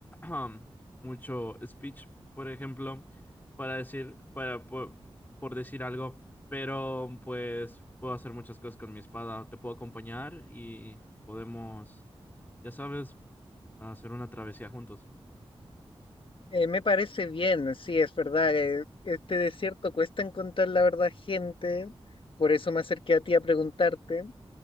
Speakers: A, on the left; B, on the left.
A: <clears throat> mucho speech, por ejemplo, para decir, para, por, por decir algo, pero pues puedo hacer muchas cosas con mi espada. Te puedo acompañar y podemos, ya sabes, hacer una travesía juntos.
B: Eh, me parece bien, sí, es verdad. eh, este desierto cuesta encontrar la verdad, gente. Por eso me acerqué a ti a preguntarte.